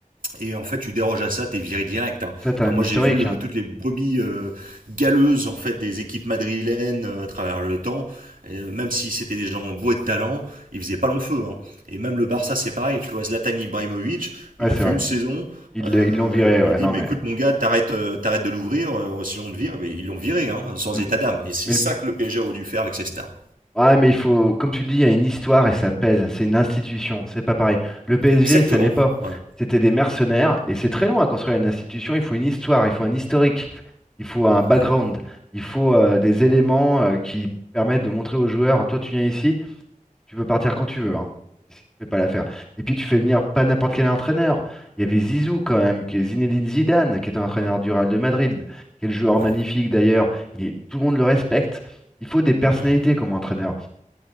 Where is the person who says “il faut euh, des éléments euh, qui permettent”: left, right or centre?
Centre